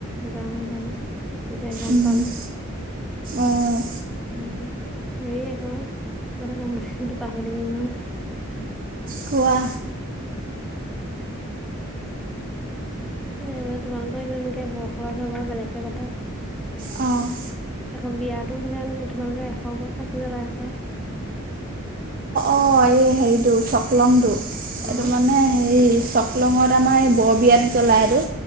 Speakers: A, in the centre; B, on the right.
A: যাম যাম। তেতিয়া গম
B: উম,
A: পাম
B: অ',
A: উম, হেৰি আকৌ কিবা এটা কম বুলি ভাবিছিলোঁ পাহৰি থাকিলো নহয়।
B: কোৱা?
A: এ মানে তোমালোকৰ তেনেকে বৰসভা চভা বেলেগকে পাতে?
B: অ',
A: আকৌ বিয়াতো চাগে তোমালোকে এশ গছ চাকি জ্বলাই হপাই।
B: অঁএই হেৰিটো চকলংটো
A: অ
B: এইটো মানে হেৰি চক- চকলং আমাৰ এই বৰ বিয়াত জ্বলায়টো